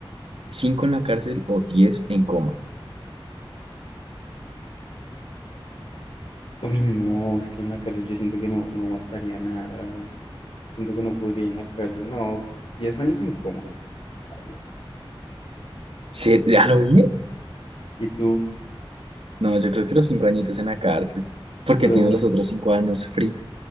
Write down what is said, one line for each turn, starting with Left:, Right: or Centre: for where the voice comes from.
Right: ¿Cinco en la cárcel o diez en coma?
Left: Uy, no, es que en la cárcel yo siento que no, no aguantaría nada, la verdad. Siento que no podría en la cárcel. No, 10 años en coma, baila.
Right: ¿Se, ¿Ya lo oí?
Left: Y tú,
Right: No, yo creo que los cinco añitos en la cárcel. Porque
Left: bro,
Right: tiene los
Left: es que,
Right: otros cinco años free.